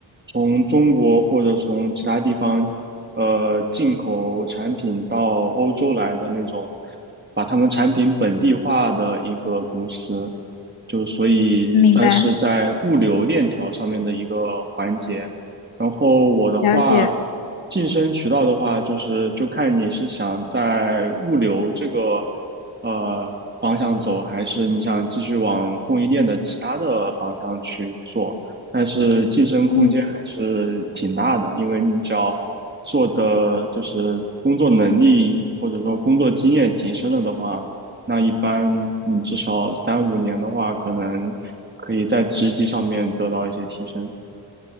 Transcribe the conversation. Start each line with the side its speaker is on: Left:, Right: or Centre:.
Right: 从中国或者从其他地方呃进口产品到欧洲来的那种，把他们产品本地化的一个公司，就所以算是在物流链条上面的一个环节。
Left: 明白。
Right: 然后我的话，
Left: 了解，
Right: 晋升渠道的话，就是就看你是想在物流这个呃方向走，还是你想继续往供应链的其他的方向去做。但是晋升空间还是挺大的，
Left: 嗯，
Right: 因为你只要做的就是工作能力或者说工作经验提升了的话，那一般你至少三五年的话，可能可以在职级上面得到一些提升。